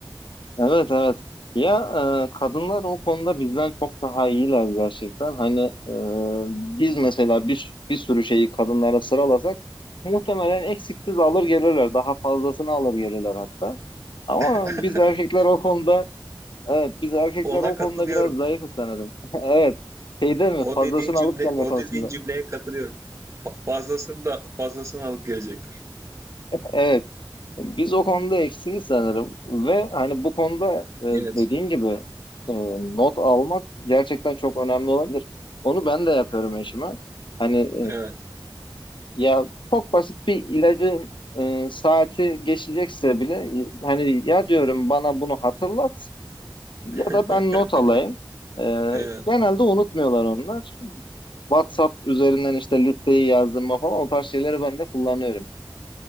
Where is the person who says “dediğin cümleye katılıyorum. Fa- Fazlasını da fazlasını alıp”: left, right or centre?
Right